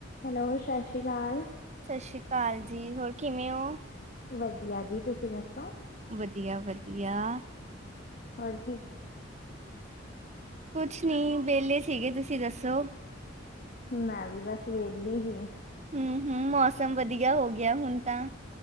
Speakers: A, on the left (about 50°); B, on the right (about 35°).
A: Hello! ਸਸੀ ਕਾਲ।
B: ਸਸੀ ਅਕਾਲ ਜੀ। ਹੋਰ ਕਿਵੇਂ ਹੋ?
A: ਵਧੀਆ ਜੀ। ਤੁਸੀ ਦੱਸੋ?
B: ਵਧੀਆ-ਵਧੀਆ।
A: ਹੋਰ ਕੀ?
B: ਕੁਛ ਨੀ, ਵਿਹਲੇ ਸੀਗੇ। ਤੁਸੀ ਦੱਸੋ?
A: ਮੈਂ ਵੀ ਬਸ ਵਿਹਲੀ ਹੀ।
B: ਹੂੰ ਹੂੰ, ਮੌਸਮ ਵਧੀਆ ਹੋ ਗਿਆ, ਹੁਨ ਤਾਂ।